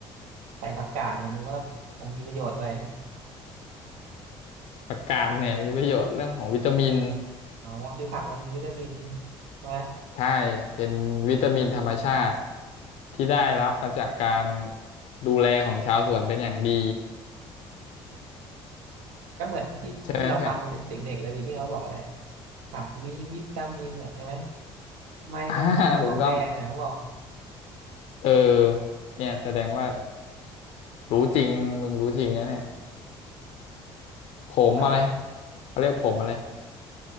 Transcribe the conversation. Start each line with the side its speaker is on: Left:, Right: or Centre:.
Right: ใส่ผักกาดเนี่ยมึงว่ามันมีประโยชน์เลย
Left: ผักกาดเนี่ยมีประโยชน์เรื่องของวิตามิน
Right: อ๋อคือผักมันมีวิตามินใช่ไหม
Left: ใช่เป็นวิตามินธรรมชาติที่ได้รับมาจากการดูแลของชาวสวนเป็นอย่างดี
Right: ก็เหมือนที่ที่เราฟังเด็กๆเลยดิที่เขาบอกอะไรอะ
Left: ใช่ไหมเพื่อน
Right: ผักมีวิตามินอ่ะใช่ไหมไม่ต้องกินของแพงอ่ะเขาบอก
Left: <laughs> อ่าถูกต้องเออเนี่ยแสดงว่ารู้จริงมึงรู้จริงนะเนี่ยผมอะไร
Right: ตายอะ
Left: เขาเรียกผมอะไร